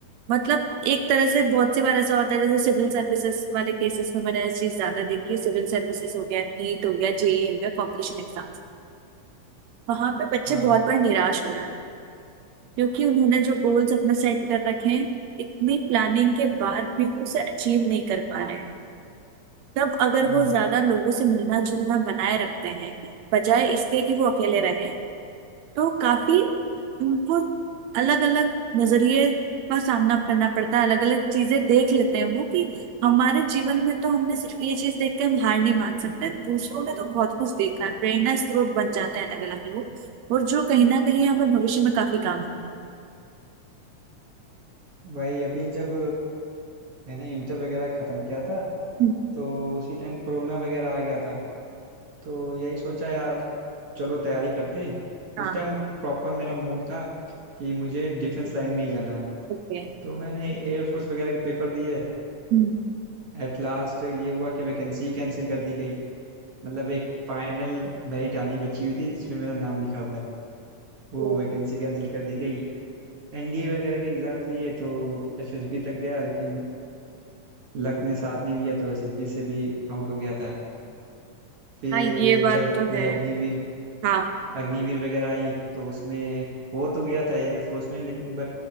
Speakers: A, on the right; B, on the right.
A: मतलब एक तरह से बहुत सी बार ऐसा होता है जैसे सिविल सर्विसेज वाले केसेस में मैंने ये चीज ज्यादा देखी है। सिविल सर्विसेज हो गया नीट हो गया जेई हो गया कॉम्पिटिशन एग्जाम वहां पे बच्चे
B: हाँ
A: बहुत बार निराश हो जाते हैं क्योंकि उन्होंने जो गोल्स अपने सेट कर रखे हैं इतनी प्लानिंग के बाद भी वो उसे अचीव नहीं कर पा रहे हैं तब अगर
B: हम्म
A: वो ज्यादा लोगों से मिलना जुलना बनाए रखते हैं बजाय इसके कि वो अकेले रहे तो काफी उनको अलग अलग नजरिए का सामना करना पड़ता है अलग अलग चीजें देख लेते हैं वो कि हमारे जीवन में तो हमने सिर्फ ये चीज देख के हम हार नहीं मान सकते दूसरों ने तो बहुत कुछ देखा है प्रेरणा स्रोत बन जाते हैं अलग अलग लोग और जो कहीं ना कहीं हमें भविष्य में काफी काम आते हैं
B: वही अभी जब मैंने इंटर वगैरह ख़त्म किया था
A: हम्म।
B: तो उसी टाइम कोरोना वगैरह आ गया था तो यही सोचा यार चलो तैयारी करते हैं
A: हाँ
B: उस टाइम प्रॉपर मेरा मूड था कि मुझे डिफेंस लाइन में ही जाना है
A: ओके
B: तो मैंने एयरफोर्स वगैरह के पेपर दिए
A: हम्म,
B: एट लास्ट ये हुआ कि वैकेंसी कैंसिल कर दी गई मतलब एक फाइनल मेरिट आनी बची हुई थी जिसमें मेरा नाम लिखा हुआ था वो
A: तो,
B: वैकेंसी कैंसिल कर दी गई एनडीए वगैरह के एग्ज़ाम दिए तो एसएसबी तक गया लेकिन लक ने साथ नहीं दिया तो एसएसबी से भी आउट हो गया था फिर
A: हाँ ये बात
B: जब
A: तो
B: ये
A: है
B: अग्निवीर
A: हाँ
B: अग्निवीर वगैरह आई तो उसमें हो तो गया था एयरफोर्स में लेकिन